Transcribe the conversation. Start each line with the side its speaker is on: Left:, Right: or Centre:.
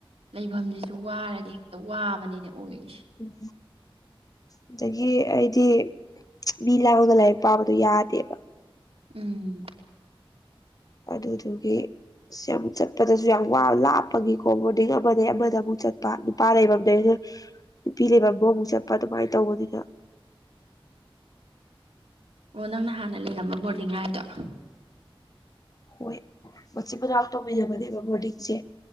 Right: ꯂꯩꯐꯝꯁꯤꯁꯨ ꯋꯥꯔꯗꯤ ꯋꯥꯕꯅꯤꯅꯦ ꯑꯣꯏꯔꯤꯁꯦ
Left: ꯎꯝ ꯑꯗꯒꯤ ꯑꯩꯗꯤ ꯃꯤ ꯂꯥꯎꯔꯒ ꯂꯥꯏꯔꯤꯛ ꯄꯥꯕꯗꯨꯣ ꯌꯥꯗꯦꯕ
Right: ꯎꯝ
Left: ꯑꯗꯨꯗꯨꯒꯤ ꯌꯥꯝꯨꯛ ꯆꯠꯄꯗꯁꯨ ꯌꯥꯝ ꯋꯥ ꯂꯥꯞꯄꯒꯤ ꯀꯣꯕꯗꯤꯒ ꯑꯃꯗꯒꯤꯩ ꯑꯃꯗ ꯑꯃꯨꯛ ꯆꯠꯄ ꯅꯨꯄꯥ ꯂꯩꯐꯝꯗꯒꯤꯩꯩꯅ ꯅꯨꯄꯤ ꯂꯩꯐꯝꯗꯣ ꯑꯃꯨꯛ ꯆꯠꯄ ꯑꯗꯨꯃꯥꯏꯅ ꯇꯧꯕꯅꯤꯅ
Right: ꯑꯣ ꯅꯪꯅ ꯍꯥꯟꯅ ꯂꯩꯔꯝꯕ ꯕꯣꯔꯗꯤꯡ ꯍꯥꯏꯗꯣ
Left: ꯍꯣꯏ ꯃꯁꯤ ꯃ ꯂꯥꯛ ꯇꯧꯃꯤꯟꯅꯕꯅꯦꯕ ꯕꯣꯔꯗꯤꯡꯁꯦ